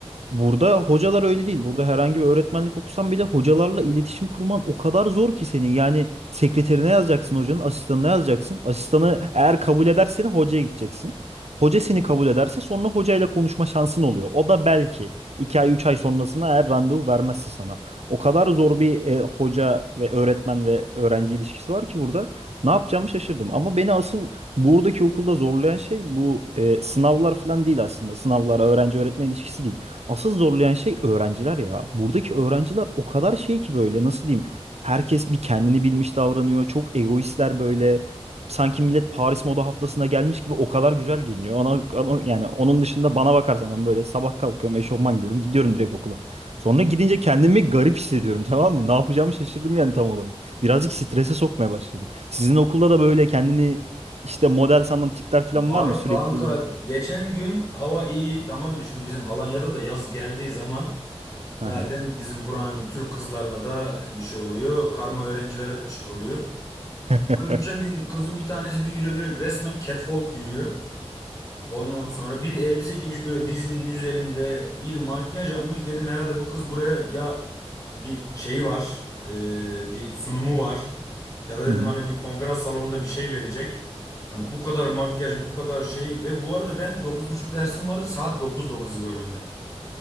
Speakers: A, on the right; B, on the left.
A: Burada hocalar öyle değil. Burada herhangi bir öğretmenlik okusan bile hocalarla iletişim kurman o kadar zor ki senin. Yani sekreterine yazacaksın hocanın, asistanına yazacaksın. Asistanı eğer kabul ederse hocaya gideceksin. Hoca seni kabul ederse sonra hocayla konuşma şansın oluyor. O da belki 2 ay 3 ay sonrasına eğer randevu vermezse sana. O kadar zor bir e, hoca ve öğretmen ve öğrenci ilişkisi var ki burada. Ne yapacağımı şaşırdım. Ama beni asıl buradaki okulda zorlayan şey bu e, sınavlar falan değil aslında. Sınavlar, öğrenci öğretmen ilişkisi değil. Asıl zorlayan şey öğrenciler ya. Buradaki öğrenciler o kadar şey ki böyle nasıl diyeyim? Herkes bir kendini bilmiş davranıyor. Çok egoistler böyle. Sanki millet Paris Moda Haftası'na gelmiş gibi o kadar güzel giyiniyor. Ona, ona- yani onun dışında bana bakarsan ben böyle sabah kalkıyorum, eşofman giyiyorum, gidiyorum direkt okula. Sonra gidince kendimi garip hissediyorum <laughs> tamam mı? Ne yapacağımı şaşırdım yani tam olarak. Birazcık strese sokmaya başladı. Sizin okulda da böyle kendini işte model sanan tipler falan
B: Var
A: var mı sürekli
B: kanka
A: gelip?
B: geçen gün hava iyi tamam mı? Şimdi bizim Alanya'da da yaz geldiği zaman
A: Hı
B: Zaten
A: hı.
B: bizim buranın Türk kızlarına da bir şey oluyor. Karma öğrencilere de bir şey oluyor.
A: <laughs>
B: Ulan geçen gün kızın bir tanesi bir yürüyor böyle resmen catwalk yürüyor. Ondan sonra bir elbise giymiş böyle dizinin üzerinde bir makyaj yapmış. Dedim herhalde bu kız buraya ya bir şeyi var e, bir sunumu var. Ya da dedim
A: Hı hı.
B: hani bir konferans salonunda bir şey verecek. Hani bu kadar makyaj bu kadar şey ve bu arada ben dokuz buçuk dersim vardı saat dokuz dokuzu gördüm de.